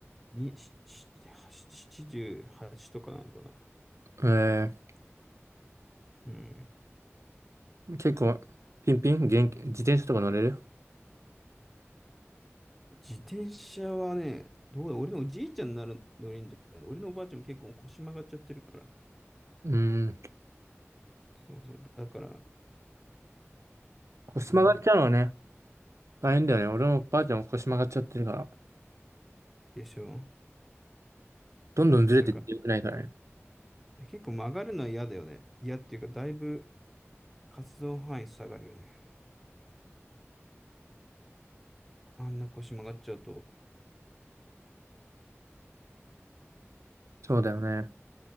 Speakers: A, in the centre; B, on the right.
A: に、しし七十八とかなのかな。
B: え
A: うん。
B: ー、結構、ピンピン元気、自転車とか乗れる
A: 自転車はね、どうだ、俺のおじいちゃんになる乗れんじゃん。俺のおばあちゃんも結構腰曲がっちゃってるから。
B: うーん。
A: そうそう。だから、
B: 腰曲がっちゃうのはね、
A: うん。
B: 大変だよね。俺もばあちゃんも腰曲がっちゃってるから。
A: でしょ。
B: どんどんずれてってよくないからね。
A: だから、結構曲がるのは嫌だよね。嫌っていうか、だいぶ活動範囲下がるよね。あんな腰曲がっちゃうと。
B: そうだよね。